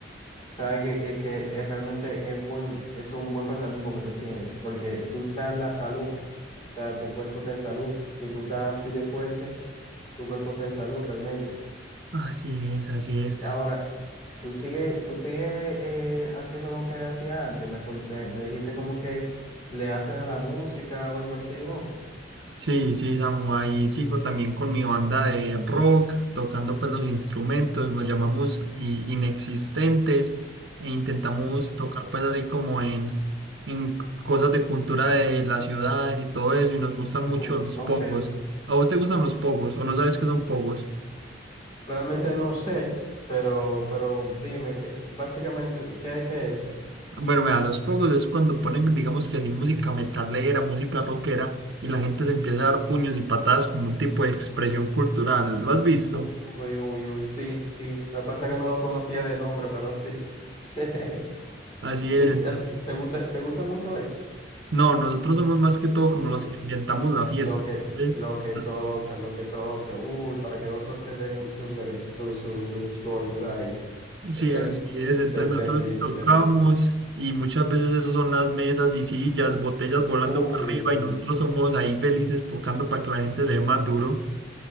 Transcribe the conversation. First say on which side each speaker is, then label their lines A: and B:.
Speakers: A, on the left; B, on the right.
A: Sabes que, es que es realmente es buen, es un buen pasatiempo que tú tienes, porque tú estás en la salud, o sea, tu cuerpo está en salud. Si tú estás así de fuerte, tu cuerpo está en salud realmente.
B: Así es, así es.
A: Ahora, tú sigues, tú sigues eh, haciendo lo que hacías antes. Me, acuer- me, me dijiste como que le haces a la música o algo así, ¿no?
B: Sí, sí, Samu, ahí sigo también con mi banda de rock, tocando pues los instrumentos, nos llamamos i- inexistentes e intentamos tocar pues así como en, en c- cosas de cultura de las ciudades y todo eso, y nos gustan mucho
A: Mm,
B: los
A: Ok,
B: pogos. ¿A vos te gustan los pogos o no sabes qué son pogos?
A: realmente no sé, pero, pero dime, ¿qué, básicamente, ¿qué, qué es eso?
B: Bueno, mira, los pogos es cuando ponen, digamos que así, música metalera, música rockera, y la gente se empieza a dar puños y patadas como un tipo de expresión cultural. ¿Lo has visto?
A: Uy, uy, uy, sí, sí. Lo que pasa es que no lo conocía de nombre, pero sí. <laughs>
B: Así
A: ¿Y
B: es.
A: ¿Te, te- te gusta, te gusta mucho eso?
B: No, nosotros somos más que todo como
A: Uy,
B: los que inventamos la fiesta.
A: lo que,
B: Entonces,
A: lo que
B: no,
A: toca, lo que toca, uy, para que otros se den sus, ver- su- su- sus golpes ahí. <laughs>
B: Sí, así es. Entonces
A: Te entendí,
B: nosotros
A: te
B: tocamos
A: entendí.
B: y muchas veces eso son las mesas y sillas, botellas volando
A: Uy,
B: para arriba
A: uy, uy.
B: y nosotros somos ahí felices tocando para que la gente le dé más duro.